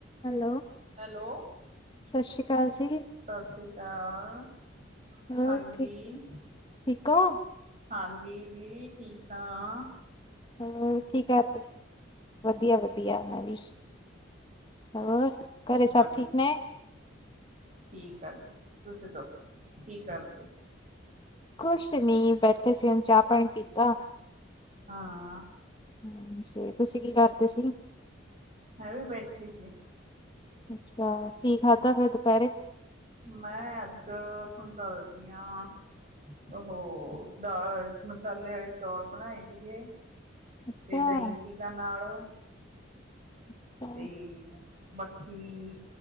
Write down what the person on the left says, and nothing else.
hello,
ਸਤਿ ਸ਼੍ਰੀ ਅਕਾਲ ਜੀ।
ਹੋਰ
ਠੀਕ ਠੀਕ ਹੋ?
ਹੋਰ ਕੀ ਕਰਦੇ ਸੀ? ਵਧੀਆ ਵਧੀਆ ਮੈਂ ਵੀ। ਹੋਰ ਘਰੇ ਸਭ
ਠੀਕ ਨੇ?
ਕੁਸ਼ ਨੀ ਬੈਠੇ ਸੀ। ਹੁਨ ਚਾ ਪਾਨੀ ਪੀਤਾ
ਹਾਂਜੀ, ਤੁਸੀ ਕੀ ਕਰਦੇ ਸੀ?
ਅੱਛਾ, ਕੀ ਖਾਧਾ ਫੇਰ ਦੁਪੈਰੇ?
ਅੱਛਾ,
ਅੱਛਾ,